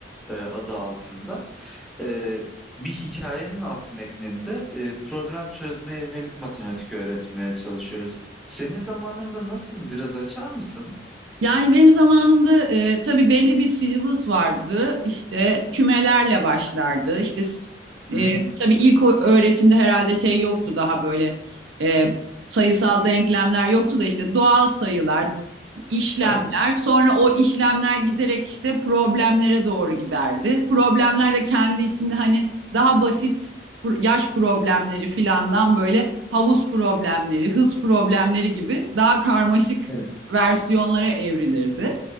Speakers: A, in the centre; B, on the right.
A: e, adı altında e, bir hikayenin alt metninde e, problem çözmeye yönelik matematik öğretmeye çalışıyoruz. Senin zamanında nasıldı? Biraz açar mısın?
B: Yani benim zamanımda e, tabii belli bir syllabus vardı. İşte kümelerle başlardı. İşte s-
A: Hı
B: e,
A: hı.
B: tabii ilk o- öğretimde herhalde şey yoktu daha böyle e, sayısal denklemler yoktu da işte doğal sayılar, işlemler.
A: Evet.
B: Sonra o işlemler giderek işte problemlere doğru giderdi. Problemler de kendi içinde hani daha basit pro- yaş problemleri filandan böyle havuz problemleri, hız problemleri gibi daha karmaşık
A: Evet.
B: versiyonlara evrilirdi.